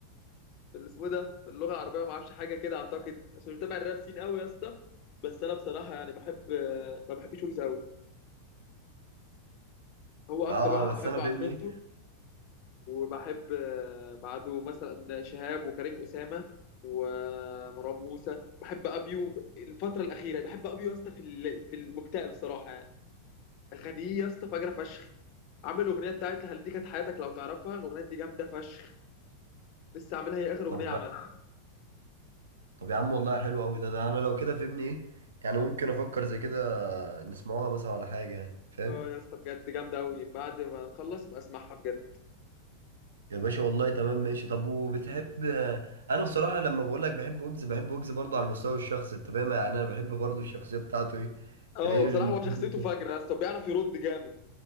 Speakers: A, on the left (about 45°); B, on the right (about 65°).
A: في اللي اسمه إيه ده في اللغه العربيه ما اعرفش حاجه كده اعتقد عشان مش متابع الراب سين قوي يا اسطى بس انا بصراحه يعني بحب ما بحبش ويجز قوي هو اكتر
B: اه
A: واحد
B: بس
A: بحب
B: انا
A: عفرنته
B: فاهمني ايه؟
A: وبحب آه، بعده مثلا شهاب وكريم اسامه ومروان موسى بحب ابيو الفتره الاخيره بحب ابيو يا اسطى في ال- في المكتئب صراحه يعني اغانيه يا اسطى فجره فشخ عامل اغنيه بتاعت هل دي كانت حياتك لو تعرفها الاغنيه دي جامده فشخ لسه عاملها هي اخر اغنيه
B: طب
A: عملها
B: طب يا عم والله حلو قوي ده ده انا لو كده فاهمني ايه؟ يعني ممكن افكر زي كده نسمعوها مثلا ولا حاجة يعني فاهم؟
A: اه يا اسطى بجد جامده قوي بعد ما نخلص يبقى اسمعها بجد
B: يا باشا والله تمام ماشي طب وبتحب انا بصراحه لما بقول لك بحب ويجز بحب ويجز برضه على المستوى الشخصي انت فاهم يعني انا بحب برضه الشخصيه بتاعته ايه
A: اه
B: تلاقيه
A: بصراحه
B: بال-
A: هو شخصيته
B: <laughs>
A: فجره يا اسطى بيعرف يرد جامد